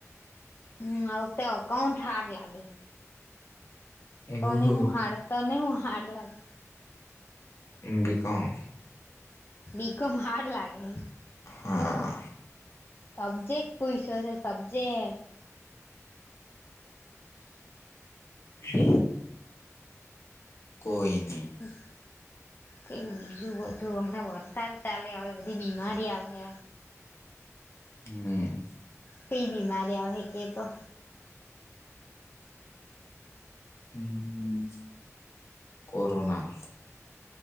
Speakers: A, on the left; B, on the left.
A: હમ હ તો કઉ ઠારડ લાગે.
B: એવું
A: તને હું હારડ તને હું હાર્ડ લાગે?
B: બી. કોમ
A: બીકો હાર ડ લાગે.
B: હા
A: તબજે પૂઈછો છે સબજેકટ
B: હ કોઈ નહી.
A: એક કે બીજું બધું હમણાં વરસાદ ચાલે આવે બધી બીમારી આવે.
B: હમ
A: કઈ બીમારી આવે કે તો?
B: હ હ કોરોના,